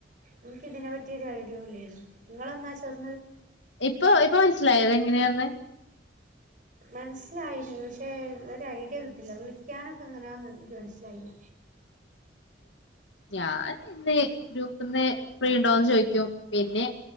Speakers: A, on the right; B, on the left.
A: എനിക്ക ഇതിനെ പറ്റി ഒരു ഐഡിയ ഇല്ലായിരുന്നു നിങ്ങളന്നാ ചെറ
B: ഇപ്പൊ ഇപ്പൊ മനസ്സിലായോ ഇത് എങ്ങനെയാന്ന്
A: മനസ്സിലായിനീ പക്ഷെ ഒരു ഐഡിയ കിട്ടില്ല വിളിക്കാനൊക്കെ അങ്ങനെയന്നന്ന് എനിക്ക് മനസ്സിലായില്ല
B: ഞാൻ ഇന്ന് ഗ്രൂപ്പ്ന്ന് ഫ്രീ ഉണ്ടോന്ന് ചോദിക്കും പിന്നെ